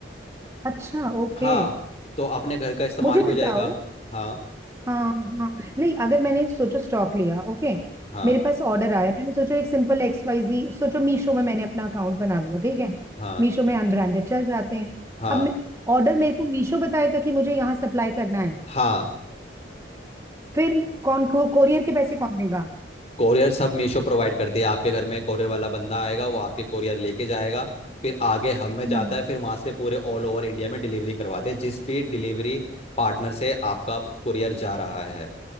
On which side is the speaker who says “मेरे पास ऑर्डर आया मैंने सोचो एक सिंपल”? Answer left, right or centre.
Right